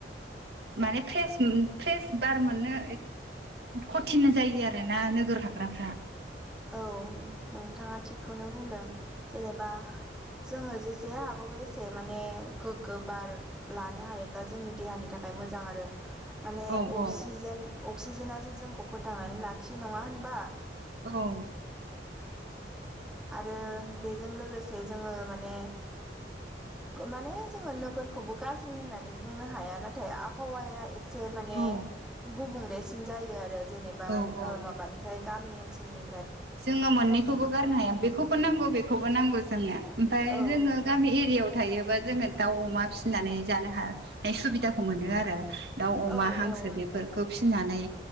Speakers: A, on the right (about 65°); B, in the centre.
A: माने फ्रेस फ्रेस बार मोननो खथिन जायो आरोना नोगोराव थाग्राफ्रा
B: औ नोंथाङा थिगखौनो बुंदों जेनेबा जोङो जेसे हागौ एसे माने गोग्गो बार लानो हायोब्ला जोंनि देहानि थाखाय थाखाय मोजां आरो माने
A: औ
B: अक्सिजेन
A: औ
B: अक्सिजेनासो जोंखौ फोथांनानै लाखियो नङा होनबा?
A: औ
B: आरो बेजों लोगोसे जोङो माने माने जोङो नोगोरखौबो गाज्रि होननानै बुंनो हाया नाथाय आबहावाया एसे एसे माने
A: औ
B: गुबुंलेसिन जायो आरो जेनेबा
A: औ
B: ओ
A: औ
B: माबानिफ्राय गामि ओनसोलनि
A: जोङो मोननैखौबो गारनो हाया बेखौ‌ बेखौबो नांगौ बेखौबो नांगौ जोंनो ओमफ्राय
B: औ
A: जोंङो गामि एरियायाव थायोबा जों जोङो दाउ अमा फिसिनानै जानो हानाय सुबिदाखौ मोनो आरो। दाउ
B: औ
A: अमा हांसो
B: औ
A: बेफोरखौ फिसिनानै